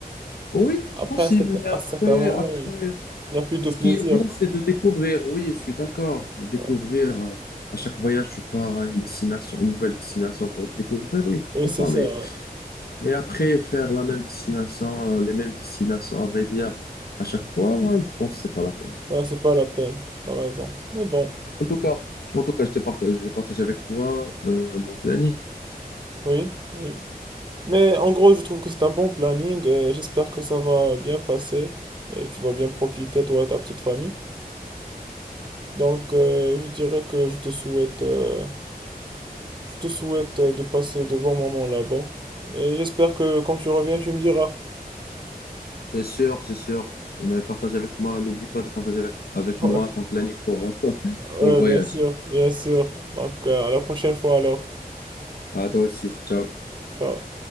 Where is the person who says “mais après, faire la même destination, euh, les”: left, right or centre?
Left